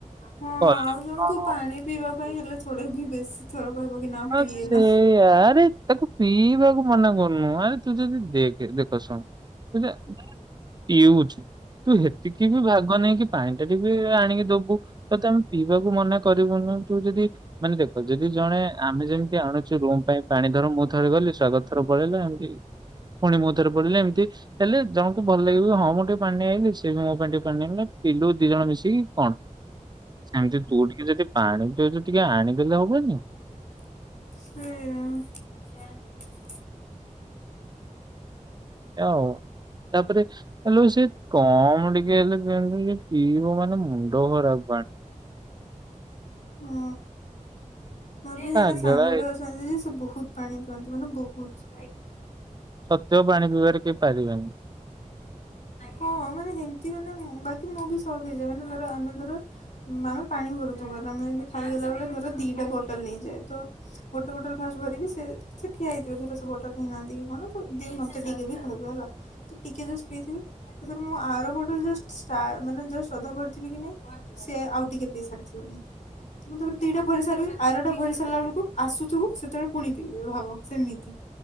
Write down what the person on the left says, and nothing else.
ହଁ
ଆଉ ଜଣଙ୍କୁ
ପାଣି ପିଇବା ପାଇଁ ହେଲେ ଥୋଡେ ବି ବେଶୀ। ଥର କହିବ କି ନା
ପିଏ
ନା।
ସେଇୟା।
ହଁ ମୋର ବି ଜଣେ
ସାଙ୍ଗଟେ
ଅଛି। ଅଛନ୍ତି ଯେ ସେ ବହୁତ ପାଣି ପିଅନ୍ତି ମାନେ ବହୁତ।
ହଁ ମାନେ ହେମତି ମାନେ ବାକି ମୁଁ ବି ସକ ହେଇଯାଏ ମାନେ ଧର ଆମେ ଧର ମାନେ ପାଣି ଭରୁଥିବ ତମେ ଯେମିତି ଖାଇଲା ବେଳେ ଧର ଦିଟା ବୋତଲ ନେଇଯାଏ ତ। ଗୋଟେ ବୋଟଲ ଫାଷ୍ଟ ଭରିବି ସେ। ସେ ଠିଆ ହେଇଥିବ ଧର ସେ ବଟଲ ନେଇ ନାହାନ୍ତି କି କଣ ତ ଦିଏ ମତେ ଟିକେ ବି କହିବେ ହେଲା ତ ଟିକେ ଜସ୍ ଯାଇଥିମି। ଏଥର ମୁଁ ଆର ବୋଟଲ ଜଷ୍ଟ ଷ୍ଟା ମାନେ ଅଧା ଭରିଥିବି କି ନାଇଁ ସେ ଆଉ ଟିକେ ପିଇ ସାରି ଥିବେଣି। ତ ମୁଁ ତାପରେ ଦିଟା ଭରି ସାରିବି ଆରଟା ଭରି ସାରିଲା ବେଳକୁ ଆସୁଥିବୁ ସେତେବେଳେ ପୁଣି ପିଇବେ ଭାବ ସେମିତି।